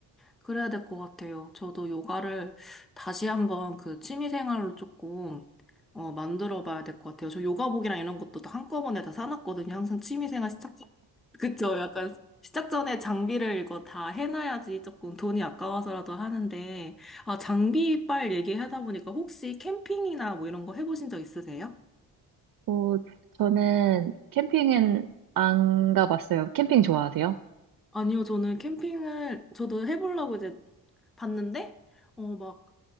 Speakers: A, in the centre; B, on the right.
A: 그래야 될 것 같아요. 저도 요가를 다시 한번 그 취미생활로 조금 어, 만들어 봐야 될 것 같아요. 저 요가복이랑 이런 것도 다 한꺼번에 다 사놨거든요. 항상 취미생활 시작, 전- <laughs> 그쵸? 약간 시작 전에 장비를 이거 다 해놔야지 조금 돈이 아까워서라도 하는데, 아, 장비빨 얘기하다 보니까 혹시 캠핑이나 뭐 이런 거 해보신 적 있으세요?
B: 어, 저는 캠핑은 안 가봤어요. 캠핑 좋아하세요?
A: 아니요, 저는 캠핑을 저도 해보려고 이제 봤는데, 어, 막